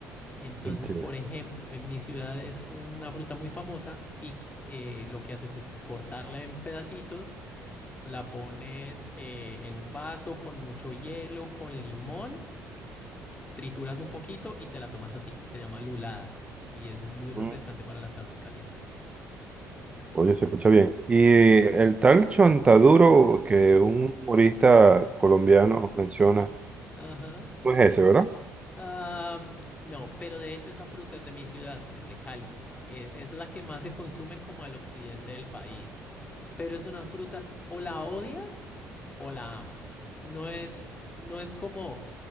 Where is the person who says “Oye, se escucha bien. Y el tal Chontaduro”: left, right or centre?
Right